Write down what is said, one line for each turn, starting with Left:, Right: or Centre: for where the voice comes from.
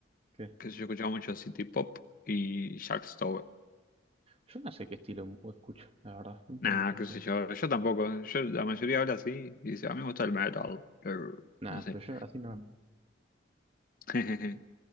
Right: que...
Left: que sé yo escuchaba mucho City Pop y Jack Stover.
Right: Yo no sé qué estilo o escucho, la verdad. No tengo
Left: Nah,
Right: mucho.
Left: qué sé yo, yo tampoco. Yo, la mayoría habla así y dice, a mí me gusta el metal. Grr,
Right: Nada,
Left: No sé.
Right: pero yo así no.
Left: <laughs>